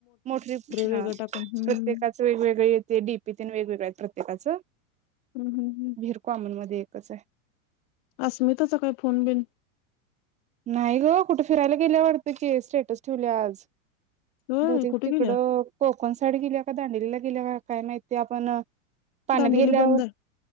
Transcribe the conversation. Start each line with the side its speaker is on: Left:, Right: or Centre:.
Right: मोटरी
Left: वेगळं
Right: हा
Left: टाकून हम्म
Right: प्रत्येकाचं वेगवेगळे येते डीपी तेन वेगवेगळे हायत प्रत एकाचं
Left: हम्म हम्म हम्म
Right: विहिर कॉमनमध्ये कसाय
Left: अस्मिताचा काय फोन बिन
Right: नाही गं कुठे फिरायला गेल्या वाटतं की, स्टेटस ठेवल्या आज.
Left: होय
Right: बहुतेक
Left: कुठे
Right: तिकडं,
Left: गेल्या
Right: कोकण साईड गील्या का दांडेलीला गेल्याका काय माहिती, आपण पाण्यात
Left: दांडेली
Right: गेल्यावर
Left: बंद आहे